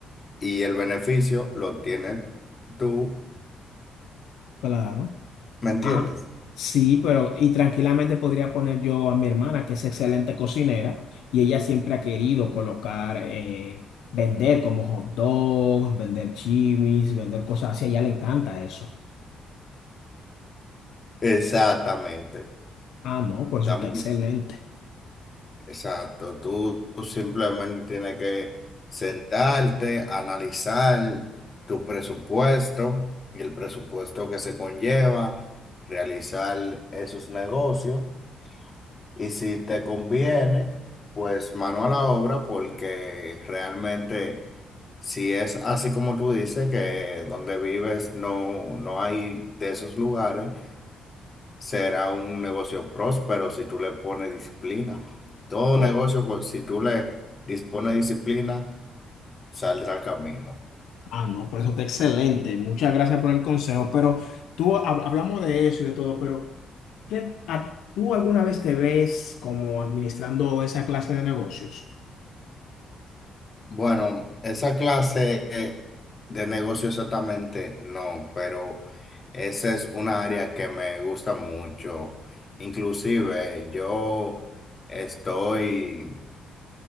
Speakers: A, on the left; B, on the left.
A: y el beneficio lo tienes tú,
B: Claro.
A: ¿me entiendes?
B: Ah, sí, pero y tranquilamente podría poner yo a mi hermana, que es excelente cocinera, y ella siempre ha querido colocar, eh, vender como hot dogs, vender chimis, vender cosas así. A ella le encanta eso.
A: Exactamente.
B: Ah, no, por
A: Estamos,
B: eso está excelente.
A: exacto. Tú, tú simplemente tienes que sentarte, analizar tu presupuesto y el presupuesto que se conlleva, realizar esos negocios Y si te conviene, pues mano a la obra, porque realmente si es así como tú dices, que donde vives no, no hay de esos lugares, será un negocio próspero si tú le pones disciplina. Todo
B: Oh,
A: negocio, co- si tú le dispones disciplina, saldrá camino.
B: ah, no, por eso está excelente. Muchas gracias por el consejo. Pero tú hab- hablamos de eso y de todo, pero ¿qué, a- ¿tú alguna vez te ves como administrando esa clase de negocios?
A: Bueno, esa clase eh, de negocio exactamente no, pero esa es una área que me gusta mucho. Inclusive yo estoy